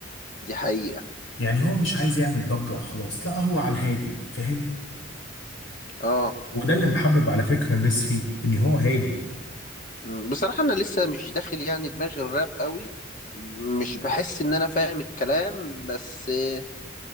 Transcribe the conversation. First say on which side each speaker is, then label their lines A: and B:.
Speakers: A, on the left (about 40°); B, on the left (about 65°).
A: دي حقيقه
B: يعني هو مش عايز يعمل ضجة وخلاص لا هو على الهادي فاهم؟
A: اه
B: وده اللي محبب على فكرة الناس فيه ان هو هادي
A: مم، بصراحة أنا لسه مش داخل يعني دماغي الراب قوي مش بحس إن أنا فاهم الكلام بس آه،